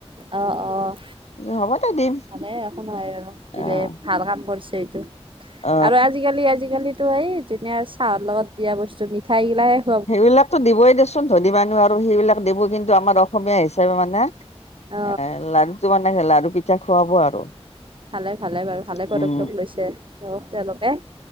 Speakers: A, on the right; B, on the left.
A: অঁ অঁ'
B: হ'ব দে দিম
A: ভালে একো নহয় আৰু
B: অ',
A: দিলে ভাল কাম কৰিছে এইটো।
B: অ'।
A: আৰু আজিকালি আজিকালিতো এই ধুনীয়া চাহৰ লগত দিয়া বস্তু মিঠাই গিলায়-
B: সেইবিলাকতো দিবই দেছো- ছোন ধনি মানুহ আৰু সেইবিলাক দিব, কিন্তু আমাৰ অসমীয়া হিচাপে মানে
A: অ
B: এ লাড়ু- টো মানে লাৰু পিঠা খুৱাব আৰু।
A: ভালে ভালে বাৰু ভালে পদক্ষেপ
B: উম,
A: লৈছে তেওক তেওঁলোকে।